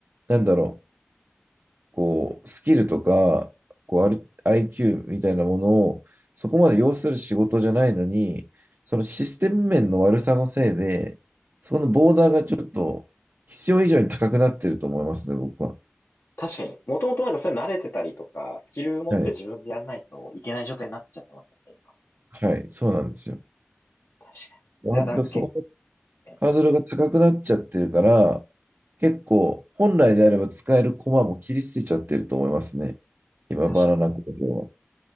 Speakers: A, on the right; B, on the left.
A: なんだろう、こう、スキルとか、こう、ある IQ みたいなものを、そこまで要する仕事じゃないのに、そのシステム面の悪さのせいで、そこのボーダーがちょっと必要以上に高くなってると思いますね、僕は。
B: 確かに、もともとなんかそれ慣れてたりとか、スキル持って自分でやんないといけない状態になっちゃってますよね、
A: はい。
B: 今。
A: はい。そうなんですよ。
B: 確かに。
A: 割とそこの
B: いや、なんかけ、え、
A: ハードルが高くなっちゃってるから、結構本来であれば使える駒も切り捨てちゃってると思いますね。今、
B: 確
A: バナナ工場